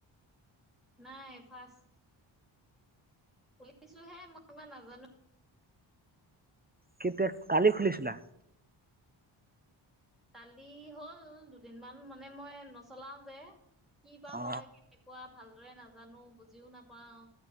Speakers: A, in the centre; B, on the right (about 20°).
A: নাই ফাৰ্ষ্ট শুনিছোঁ হে মই ইমান নাজানো।
B: কেতিয়া কালি খুলিছিলা?
A: কালি হ'ল দুদিনমান মানে মই নচলাও যে। কি বা
B: অ
A: হয় কেনেকুৱা ভালদৰে নাজানো বুজিও নাপাও